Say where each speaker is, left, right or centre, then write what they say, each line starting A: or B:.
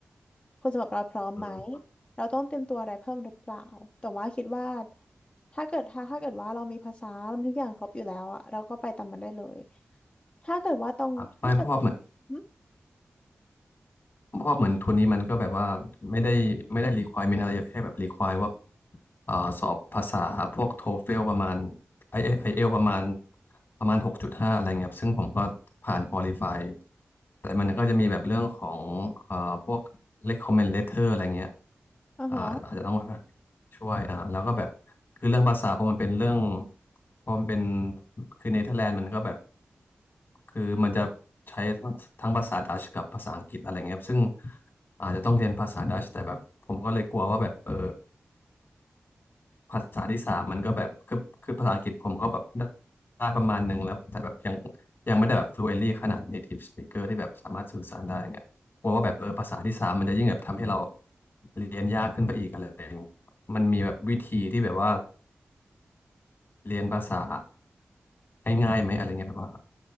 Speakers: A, on the left; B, on the left.
A: คนสำหรับเราพร้อมไหม
B: อืม
A: เราต้องเตรียมตัวอะไรเพิ่มหรือเปล่าแต่ว่าคิดว่าถ้าเกิดถ้าถ้าเกิดว่าเรามีภาษาเรามีทุกอย่างครบอยู่แล้วอ่ะเราก็ไปตามมันได้เลยถ้าเกิดว่าตรงถ้าเกิดว่าอื
B: ครับไม่เพราะว่าเหมือนเพราะว่าเหมือนทุนนี้มันก็แบบว่าไม่ได้ไม่ได้ requirement อะไรแค่แบบ require ว่าอ่าสอบภาษาพวกโทเฟลประมาณไออเอลประมาณประมาณหกจุดห้าอะไรเงี้ยครับซึ่งผมก็ผ่าน qualify แต่มันก็จะมีแบบเรื่องของอ่าพวก recommend letter อะไรเงี้ย
A: อ่าฮะ
B: อ่าอาจจะต้อง ช่วยอ่าแล้วก็แบบคือเรื่องภาษาพอมันเป็นเรื่องพอมันเป็นคือเนเธอร์แลนด์มันก็แบบคือมันจะใช้ทั้งทั้งภาษาดัชกับภาษาอังกฤษอะไรเงี้ยครับซึ่งอาจจะต้องเรียนภาษาดัชแต่แบบผมก็เลยกลัวว่าแบบเออ ภาษาที่สามมันก็แบบคือคือภาษาอังกฤษผมก็แบบได้ได้ประมาณหนึ่งแล้วแต่แบบยังยังไม่ได้แบบ fluently ขนาด native speaker ที่แบบสามารถสื่อสารได้อย่างเงี้ยกลัวว่าแบบเออภาษาที่สามมันจะยิ่งแบบทำให้เราแบบเรียนยากขึ้นไปอีกอะไรอย่างเงี้ยมันมีแบบวิธีที่แบบว่าเรียนภาษาง่ายๆไหมอะไรเงี้ยแบบว่า